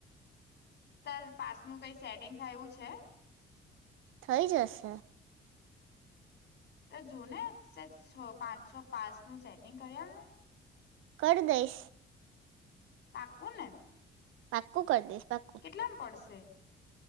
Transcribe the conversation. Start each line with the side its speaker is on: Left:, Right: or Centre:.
Left: તાર પાસનું કઈ સેટિંગ થાય એવું છે?
Right: થઈ જશે.
Left: તો જોને સેજ છ પાંચ છ પાસનું સેટિંગ કરી આલને
Right: કર દઈશ.
Left: પાકું ને?
Right: પાકું કર દઈશ. પાક્કું
Left: કેટલામ પડશે?